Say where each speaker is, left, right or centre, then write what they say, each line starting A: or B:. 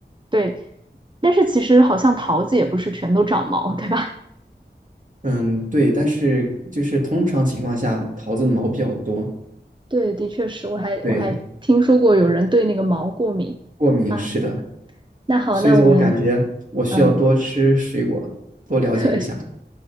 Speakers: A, on the right; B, on the right.
A: 对，但是其实好像桃子也不是全都长毛，对吧？
B: 嗯，对，但是就是通常情况下，桃子的毛比较多。
A: <laughs> 对，的确是，我还我还听说过有人对那个毛过敏啊。
B: 对，过敏是的。
A: 那好，
B: 所以说我感觉我需要多吃水果，
A: 那我们嗯，
B: 多了解一下。
A: <laughs> 对。